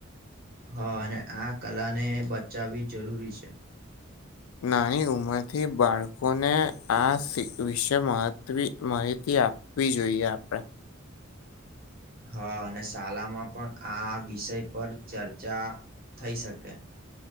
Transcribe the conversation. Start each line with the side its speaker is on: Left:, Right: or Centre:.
Right: હા અને આ કલા ને બચાવવી જરૂરી છે.
Left: નાની ઉંમરથી બાળકોને આ વિશે માહિતી આપી જોઈએ આપણેે
Right: હા અને શાલામાં પણ આ વિષય પર ચર્ચા થઈ શકે.